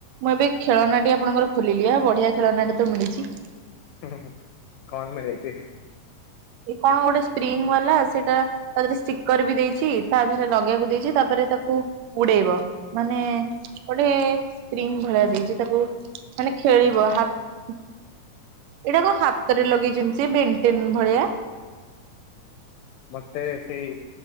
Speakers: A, on the right; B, on the left.
A: ମୁଁ ଏବେ ଖେଳନାଟି ଆପଣଙ୍କର ଖୋଲିଲି ଆ ବଢିଆ ଖେଳନା ଟ ତ ମିଳିଛି
B: ହଁ କଣ ମିଳିଛି?
A: ଏ କଣ ଗୋଟେ ସ୍ପ୍ରିଙ୍ଗ ବାଲା ସେଇଟା ତା ଦେହରେ ଷ୍ଟିକର ବି ଦେଇଛି ତା ଦେହରେ ଲଗେଇବାକୁ ଦେଇଛି ତାପରେ ତାକୁ ଉଡେଇବ? ମାନେ ଗୋଟେ ସ୍ପ୍ରିଙ୍ଗ ଭଳିଆ ଦେଇଛି ତାକୁ ମାନେ ଖେଳିବ ହାତ ଏଇଟା କ ହାତରେ ଲଗେଇ ସିଏ ବେଟିନ ଭଳିଆ।
B: ମତେ ସେଇ